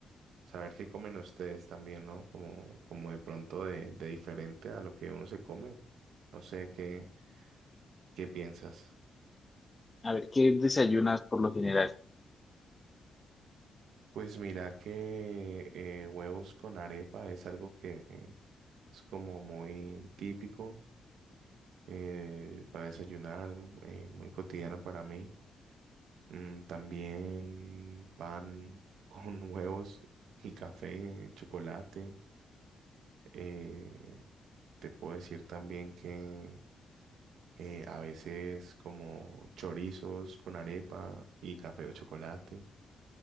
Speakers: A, on the right; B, on the left.
A: saber qué comen ustedes también, ¿no? Como, como de pronto de, de diferente a lo que uno se come. No sé qué. ¿Qué piensas?
B: A ver, ¿qué desayunas por lo general?
A: Pues mira que eh, huevos con arepa es algo que es como muy típico eh, para desayunar, eh, muy cotidiano para mí. Mm, también pan con <laughs> huevos y café, chocolate. Eh, te puedo decir también que eh, a veces como chorizos con arepa y café o chocolate.